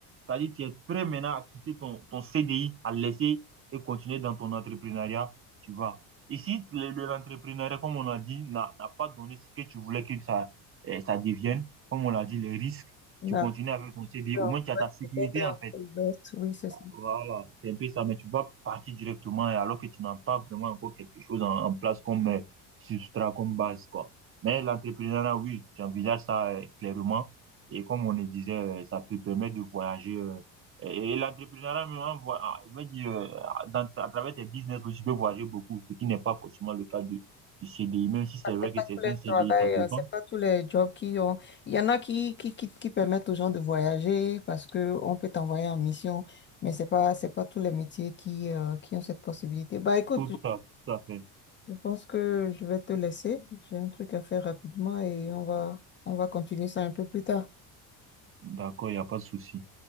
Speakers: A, on the right (about 30°); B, on the left (about 30°).
A: C'est-à-dire, que tu es prêt maintenant à quitter ton, ton CDI, à le laisser et continuer dans ton entrepreneuriat, tu vois. Ici, le- l'entrepreneuriat, comme on a dit, n'a n'a pas donné ce que tu voulais que ça, euh, ça devienne. Comme on l'a dit, les risques,
B: Non,
A: tu continues avec ton CDI.
B: non,
A: Au moins, tu as
B: ouais,
A: ta sécurité,
B: la porte est
A: en
B: encore
A: fait.
B: ouverte. Oui, c'est ça.
A: Voilà, c'est un peu ça, mais tu vas partir directement et alors que tu n'as pas vraiment encore quelque chose en, en place comme euh, substrat, comme base, quoi. Mais l'entrepreneuriat, oui, j'envisage ça euh, clairement. Et comme on le disait, euh, ça peut permettre de voyager. euh, et et l'entrepreneuriat, même, en voi- ah, je veux dire, euh, dans- à travers tes business aussi, tu peux voyager beaucoup, ce qui n'est pas forcément le cas du, du CDI, même si c'est vrai
B: c'est pas
A: que certains
B: tous les
A: CDI,
B: travail,
A: ça dépend.
B: euh, c'est pas tous les jobs qui ont. Il y en a qui, qui, qui, qui permettent aux gens de voyager parce que on peut t'envoyer en mission, mais c'est pas, c'est pas tous les métiers qui, euh, qui ont cette possibilité. Bah écoute,
A: Tout
B: je
A: à, tout à fait.
B: je pense que je vais te laisser. J'ai un truc à faire rapidement et on va, on va continuer ça un peu plus tard.
A: D'accord, il n'y a pas de souci.